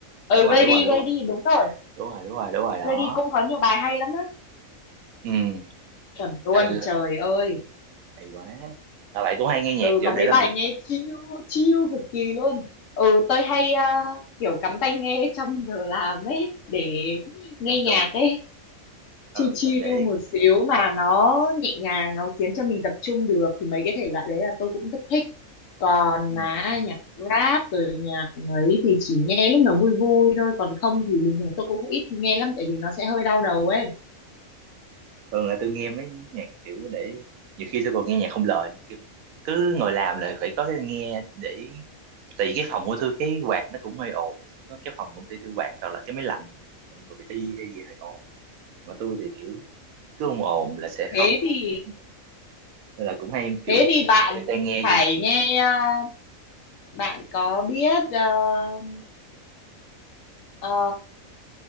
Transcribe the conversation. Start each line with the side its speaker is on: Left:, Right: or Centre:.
Left: ừ
Right: đúng rồi
Left: gây
Right: đúng
Left: đi
Right: rồi đúng
Left: gây
Right: rồi
Left: đi đúng rồi
Right: đúng rồi đúng rồi đúng rồi đó
Left: gây đi cũng có nhiều bài hay lắm á
Right: ừ
Left: chuẩn luôn
Right: à, l-
Left: trời ơi
Right: hay quá à, bạn cũng hay nghe nhạc
Left: ừ
Right: kiểu
Left: có
Right: để
Left: mấy
Right: làm
Left: bài
Right: việc
Left: nghe
Right: hả
Left: chill chill cực kỳ luôn ừ tôi hay à, kiểu cắm tai nghe trong giờ làm ấy để nghe
Right: giống
Left: nhạc
Right: tôi
Left: ấy
Right: ừ
Left: chill chill
Right: để, để
Left: một xíu mà nó nhẹ nhàng nó khiến cho mình tập trung được thì mấy cái thể loại đấy là tôi cũng rất thích còn
Right: ừ,
Left: mà
Right: đúng rồi.
Left: nhạc rap rồi nhạc ấy thì chỉ nghe lúc nào vui vui thôi còn không thì bình thường tôi cũng ít khi nghe lắm tại vì nó sẽ hơi đau đầu ấy
Right: thường là tôi nghe mấy nhạc kiểu để nhiều khi tôi còn nghe nhạc không lời nữa kiểu cứ ngồi làm là phải có cái nghe để tại vì cái phòng của tôi cái quạt nó cũng hơi ồn có cái phòng công ty tôi quạt hoặc là cái máy lạnh mọi người phải đi hay gì hơi ồn mà tôi thì kiểu cứ ồn ồn là sẽ
Left: thế
Right: không không
Left: thì
Right: tập trung được nên là cũng hay kiểu
Left: thế thì bạn
Right: phải cho tai nghe
Left: phải
Right: vô
Left: nghe à, bạn có biết ờ, ờ,